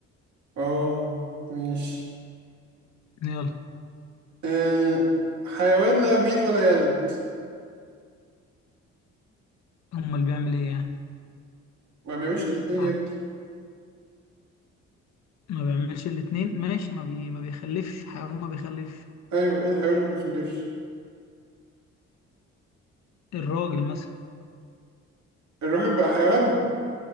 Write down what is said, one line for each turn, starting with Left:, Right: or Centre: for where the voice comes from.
Right: آه ماشي
Left: يلا
Right: آه... حيوان لا يبيض ولا يلد
Left: امال بيعمل ايه يعني
Right: ما بيعملش الاتنين
Left: ع-
Right: يا ابني
Left: ما بيعملش الاتنين ماشي ما, بي... ما بيخلفش حيوان ما بيخلفش
Right: أيوه إيه الحيوان اللي ما بيخلفش
Left: الراجل مثلا
Right: الراجل بقى حيوان